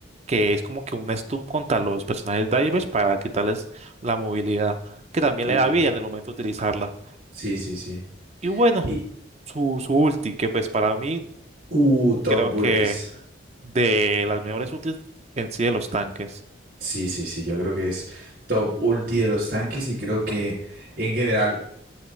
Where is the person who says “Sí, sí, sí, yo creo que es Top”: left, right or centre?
Right